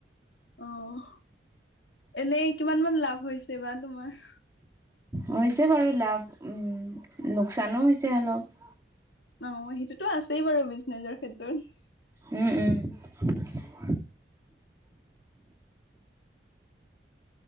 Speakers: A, on the left; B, on the right.
A: অহ, এনেই কিমান মান লাভ হৈছে বা তোমাৰ?
B: হৈছে বাৰু লাভ। উম, লোকচানো হৈছে অলপ।
A: অহ, সেইটোতো আছেই বাৰু বিজনেজৰ ক্ষেত্ৰত।
B: উম', উম'। <unintelligible>